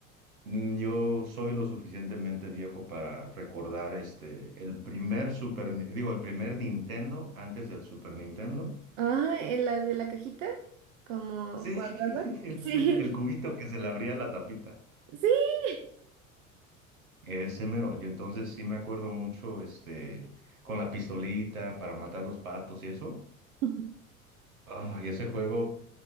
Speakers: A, on the right; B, on the right.
A: mm, yo soy lo suficientemente viejo para recordar este, el primer Super, Ni- digo, el primer Nintendo antes del Super Nintendo.
B: Ah, ¿en la de la cajita, como
A: Sí,
B: cuadrada.
A: <laughs> el,
B: Sí,
A: el- el cubito que se le abría la tapita.
B: <laughs> sí.
A: Ese mero. Yo entonces sí me acuerdo mucho este, con la pistolita para matar los patos y eso.
B: <laughs>
A: Ah, y ese juego.